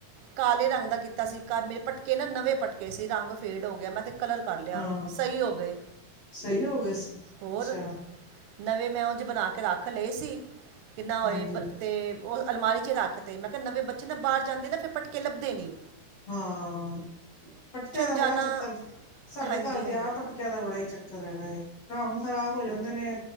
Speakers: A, on the right; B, on the left.
A: ਕਾਲੇ ਰੰਗ ਦਾ ਕੀਤਾ ਸੀ ਘਰ ਮੇਰੇ ਪਟਕੇ ਨਾ ਨਵੇਂ ਪਟਕੇ ਸੀ ਰੰਗ ਫੇਡ ਹੋ ਗਿਆ ਮੈਂ ਤੇ ਕਲਰ ਕਰ ਲਿਆ,
B: ਹਾਂ
A: ਸਹੀ ਹੋ ਗਏ।
B: ਸਹੀ ਹੋ ਗਏ ਸੀ
A: ਹੋਰ
B: ਅੱਛਾ
A: ਨਵੇਂ ਮੈਂ ਉਂਝ ਬਣਾ ਕੇ ਰੱਖ ਲਏ ਸੀ, ਕਿੰਨਾ ਹੋਏ
B: ਹਾਂਜੀ
A: ਬ ਤੇ ਉਹ ਅਲਮਾਰੀ 'ਚ ਰੱਖ ਤੇ ਮੈਂ ਕਿਹਾ ਨਵੇਂ ਬੱਚੇ ਨਾ ਬਾਹਰ ਜਾਂਦੇ ਨਾ ਫਿਰ ਪਟਕੇ ਲੱਭਦੇ ਨੀ।
B: ਹਾਂ ਪਟਕਿਆਂ ਦਾ
A: ਜਾਣਾ
B: ਬੜਾ ਚੱਕਰ, ਸਾਡੇ
A: ਹਾਂਜੀ
B: ਘਰ ਤੇ
A: ਹਾਂਜੀ
B: ਆ ਪਟਕ ਆ ਦਾ ਬੜਾ ਈ ਚੱਕਰ ਹੈਗਾ ਏ ਰੰਗ ਖ਼ਰਾਬ ਹੋ ਜਾਂਦੇ ਨੇ।